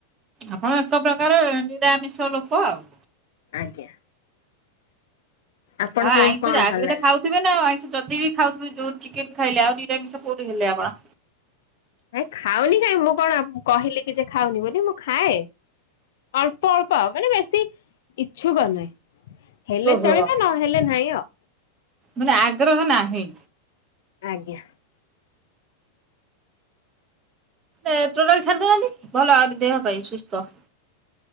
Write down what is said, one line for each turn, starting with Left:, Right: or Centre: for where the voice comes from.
Right: ଆପଣ ଏକ ପ୍ରକାରେ ନିରାମିଷ ଲୋକ ଆଉ।
Left: ଆଜ୍ଞା। ଆପଣଙ୍କୁ
Right: ହଁ ଆଇଁଷ
Left: କଣ
Right: ଯାହା
Left: ଭଲ
Right: ବି ହେଲେ
Left: ଲାଗେ?
Right: ଖାଉ ଥେ ନା ଆଇଷ ଯଦି ବି ଖାଉଥିବେ ଯୋଉ ଟିକେ ବି ଖାଇଲେ ଆଉ ନିରାମିଷ କୋଉଠି ହେଲେ ଆପଣ?
Left: ନାଇଁ ଖାଉନି କାଇଁ, ମୁଁ କଣ କହିଲି କି ଯେ ଖାଉନି ବୋଲି ମୁଁ ଖାଏ ଅଳ୍ପ ଅଳ୍ପ ମାନେ ବେଶୀ ଇଚ୍ଛୁକ ନୁହେଁ। ହେଲେ
Right: ଓହୋ
Left: ଚଳିବ ନହେଲେ ନାହିଁ ଆଉ।
Right: ମାନେ ଆଗ୍ରହ ନାହିଁ।
Left: ଆଜ୍ଞା।
Right: ଟୋଟାଲ ଛାଡି ଦଉନାହାନ୍ତି ଭଲ ଆଉ ଦେହ ପାଇଁ ସୁସ୍ଥ